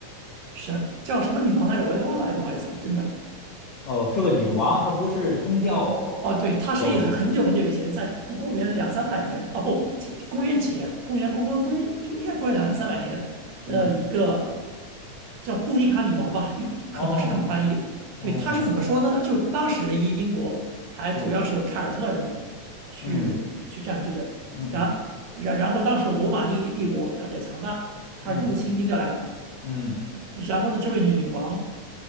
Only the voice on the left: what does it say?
哦，是个女王，她不是宗教呃雕塑。
嗯
哦，
嗯
嗯
嗯嗯
嗯嗯，